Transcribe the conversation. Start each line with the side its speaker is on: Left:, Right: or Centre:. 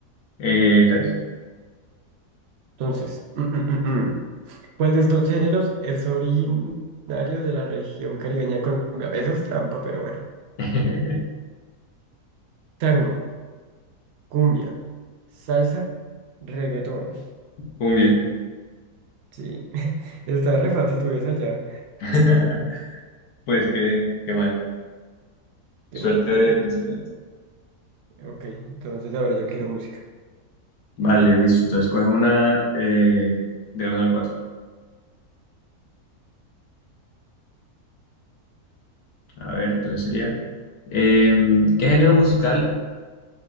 Left: Eh, tres.
Right: Entonces, <clears throat> ¿Cuál de estos géneros es originario de la región caribeña de Colombia? Eso es trampa, pero bueno.
Left: <laughs>
Right: Tango, cumbia, salsa, reggaetón.
Left: Muy bien.
Right: Sí, <laughs> eso está re fácil, tú ves allá.
Left: <laughs> Pues qué, qué mal.
Right: Qué
Left: Suerte
Right: mal, terrible.
Left: de principiante.
Right: Ok, entonces ahora yo quiero música.
Left: Vale, listo. Entonces coge una eh, del 1 al 4. A ver, entonces sería. eh, ¿qué género musical?